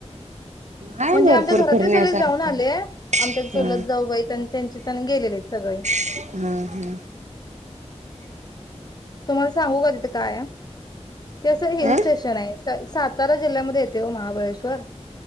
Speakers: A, on the right (about 80°); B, on the left (about 35°).
A: आहे
B: म्हणजे
A: भरपूर
B: आमच्या घरातले
A: फिरण्यासारखं
B: सगळे जाऊन आले, आमच्या
A: हा
B: चूलत जाऊबाई त्यांचे त्यांन गेलेले सगळे.
A: हं हं!
B: तुम्हाला सांगू का तिथे काय आहे, ते असं हिल
A: अं
B: स्टेशन आहे. सातारा जिल्ह्यामध्ये येते ओ महाबळेश्वर.